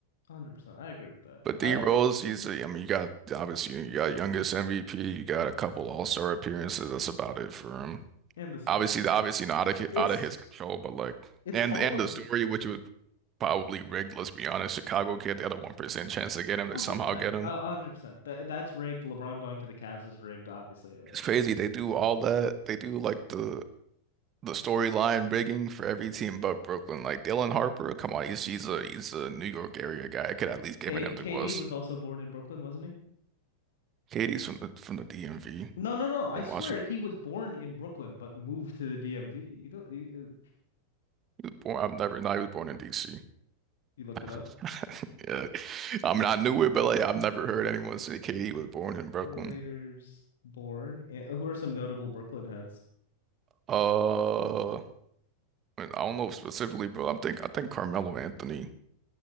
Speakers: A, on the left; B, on the right.
A: Hundred percent. I agree with that.
B: But D
A: I
B: Rose, he's a, I mean, you got obviously you got youngest MVP, you got a couple All-Star appearances. That's about it for him.
A: and the storyline.
B: Obviously, obviously not out of,
A: It's
B: out of his control, but like,
A: it's
B: and
A: Hall
B: and
A: of
B: the story, which was probably rigged. Let's be honest, Chicago kid, the other one percent chance to get him,
A: one
B: they somehow
A: hundred percent.
B: get him.
A: one hundred percent. That that's rigged. LeBron going to the Cavs is rigged. Obviously. Uh,
B: It's crazy. They do all that. They do like the the storyline rigging for every team but Brooklyn. Like Dylan Harper, come on, he's he's a he's a New York area guy. I could at least give
A: K
B: him
A: KD
B: to us.
A: was also born in Brooklyn, wasn't he?
B: Katie's from the from the DMV
A: No, no, no. I
B: in
A: swear
B: Washington.
A: he was born in Brooklyn but moved to the DMV. You go. You,
B: He was born. I've never. No, he was born in DC.
A: you looked
B: <laughs>
A: it up.
B: Yeah, I mean I knew it, but like I've never heard anyone say Katie was born in Brooklyn.
A: Players born and who are some notable Brooklyn heads?
B: Uh, I don't know specifically, but I'm think I think Carmelo Anthony